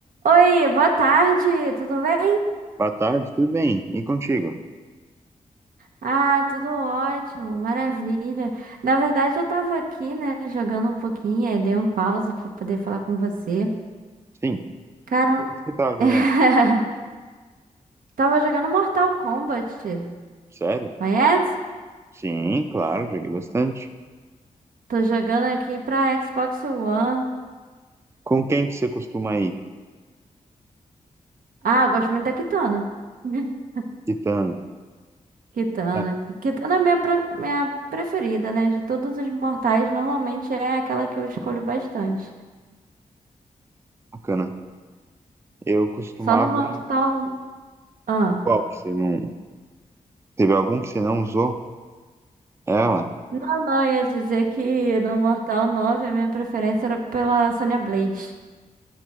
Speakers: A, on the right; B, on the right.
A: Oi, boa tarde, tudo bem?
B: Boa tarde, tudo bem? E contigo?
A: Ah, tudo ótimo, maravilha. Na verdade, eu tava aqui, né, jogando um pouquinho, aí dei um pause pra poder falar com você.
B: Sim.
A: Cara,
B: Você estava jogando?
A: <laughs> tava jogando Mortal Kombat,
B: Sério?
A: conhece?
B: Sim, claro, joguei bastante.
A: Tô jogando aqui pra Xbox One.
B: Com quem que você costuma ir?
A: Ah, gosto muito da Kitana. <laughs>
B: Titano.
A: Kitana.
B: É,
A: Kitana é minha, pre- minha preferida, né? De todos os mortais, normalmente é aquela que eu escolho bastante.
B: bacana. Eu costumava
A: Só no Mortal...
B: ir.
A: Ah.
B: Qual que você não. Teve algum que você não usou? Ela?
A: Não, não, ia dizer que no Mortal 9 a minha preferência era pela Sonya Blade.